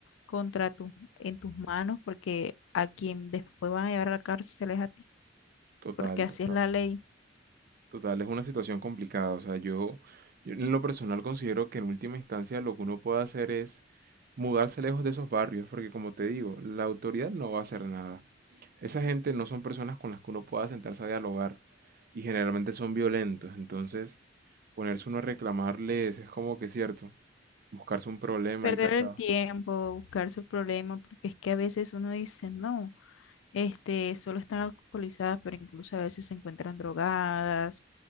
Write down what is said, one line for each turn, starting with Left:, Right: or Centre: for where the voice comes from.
Left: contra tus en tus manos porque a quien después van a llevar a la cárcel es a ti,
Right: total,
Left: porque así
Right: total.
Left: es la ley.
Right: Total, es una situación complicada. O sea, yo, yo en lo personal considero que en última instancia lo que uno puede hacer es mudarse lejos de esos barrios, porque como te digo, la autoridad no va a hacer nada. Esa gente no son personas con las que uno pueda sentarse a dialogar y generalmente son violentos. Entonces, ponerse uno a reclamarles es como que cierto, buscarse un problema
Left: Perder
Right: y casa
Left: el tiempo, buscar su problema, porque es que a veces uno dice, no. Este, solo están alcoholizadas, pero incluso a veces se encuentran drogadas.